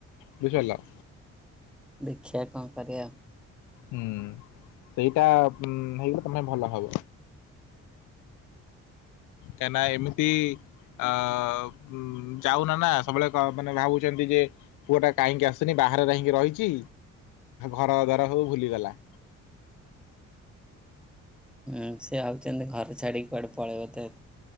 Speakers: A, on the left; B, in the centre.
A: ବୁଝି ହେଲା।
B: ଦେଖିବା କଣ କରିବା।
A: ହୁଁ ସେଇଟା ହେଇଗଲେ ତମେ ଭଲ ହବ। କାହିଁ ନା ଏମିତି ଅ ଉ ଯାଉନା ନା ସବୁବେଳେ ମାନେ ଭାବୁଛନ୍ତି ଯେ ପୁଅ ଟା କାହିଁକି ଆସୁନି ବାହାରେ କାହିଁକି ରହିଛି, ଘର ଦ୍ଵାର ସବୁ ଭୁଲିଗଲା।
B: ହୁଁ ସେ ହଉଛନ୍ତି ଘର ଛାଡିକି କୁଆଡେ ପଳେଇବ ତ